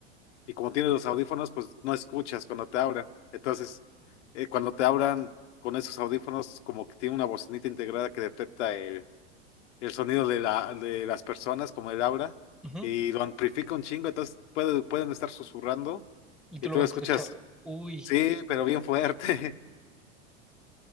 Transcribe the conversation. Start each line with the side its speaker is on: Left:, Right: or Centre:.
Left: y como tienes los audífonos, pues no escuchas cuando te hablan. Entonces, eh, cuando te hablan con esos audífonos, como que tiene una bocinita integrada que detecta el, el sonido de, la, de las personas, como el aura,
Centre: ujú,
Left: y lo amplifica un chingo, entonces puede- pueden estar susurrando
Centre: Y
Left: y
Centre: tú
Left: tú
Centre: lo vas
Left: lo escuchas,
Centre: a escuchar. Uy.
Left: sí, pero bien fuerte. <laughs>